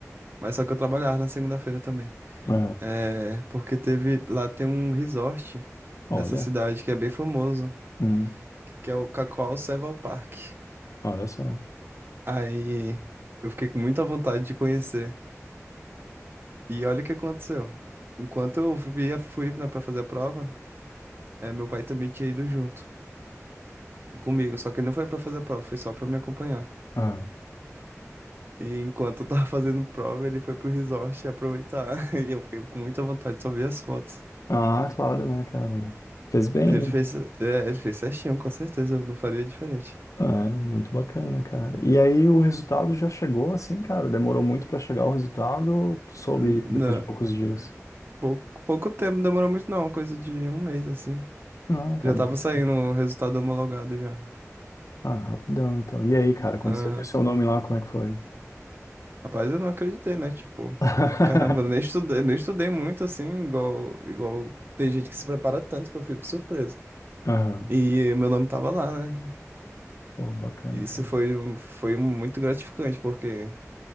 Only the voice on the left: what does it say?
É,
olha.
hum.
Olha só.
Ah,
ah, claro, né, cara? Fez bem.
É, muito bacana, cara. E aí o resultado já chegou assim, cara? Demorou muito pra chegar o resultado ou tu soube
depois de poucos dias?
Ah, cara,
não precisa.
Ah, rapidão, então. E aí, cara, quando
você viu seu nome lá, como é que foi?
<laughs>
Aham.
Pô, bacana,
cara.